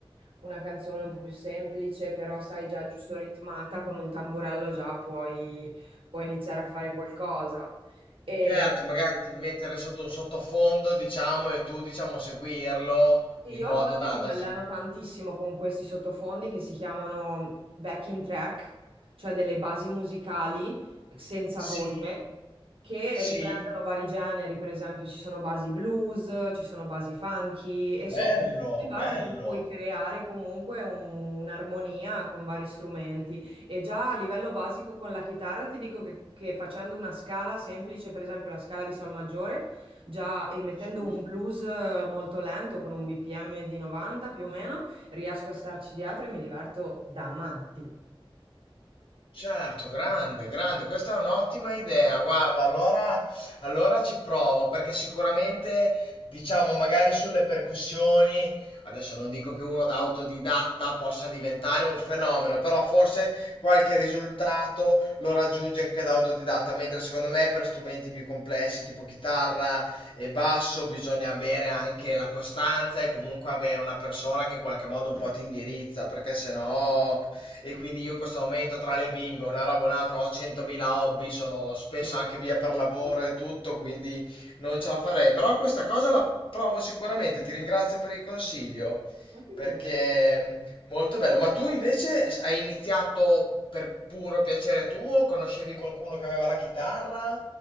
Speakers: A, on the right; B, on the left.
A: una canzone un po' più semplice, però sai già giusto ritmata, con un tamburello già puoi, puoi iniziare a fare qualcosa. E
B: Certo, magari
A: Mhm.
B: ti mettere sotto un sottofondo, diciamo, e tu, diciamo, seguirlo
A: Sì,
B: in
A: io
B: modo
A: a volte
B: da...
A: mi
B: da
A: alleno
B: sim-
A: tantissimo con questi sottofondi che si chiamano backing track, cioè delle basi musicali senza
B: Sì,
A: voce che
B: sì,
A: riprendono vari generi, per esempio ci sono basi blues, ci sono basi funky e sopra
B: Bello,
A: queste basi
B: bello.
A: tu puoi creare comunque un- un'armonia con vari strumenti e già a livello basico con la chitarra ti dico che che facendo una scala semplice, per esempio la scala di sol maggiore Già, e mettendo
B: sì.
A: un blues eh, molto lento con un BPM di 90 più o meno, riesco a starci dietro e mi diverto da matti.
B: Certo, grande, grande, questa è un'ottima idea. Guarda, allora, allora ci provo perché sicuramente, diciamo, magari sulle percussioni, adesso non dico che uno da autodidatta possa diventare un fenomeno, però forse qualche risultato lo raggiunge anche da autodidatta, mentre secondo me per strumenti più complessi, tipo chitarra e basso, bisogna avere anche la costanza e comunque avere una persona che in qualche modo un po' ti indirizza, perché sennò e quindi io in questo momento tra le bimbe, una roba e un'altra, ho 100.000 hobby, sono spesso
A: Ma
B: anche via per lavoro e tutto, quindi non ce la farei. Però questa cosa la provo sicuramente, ti ringrazio per il consiglio,
A: figurati.
B: perché mm, molto bello. Ma tu invece s- hai iniziato per puro piacere tuo? Conoscevi qualcuno che aveva la chitarra?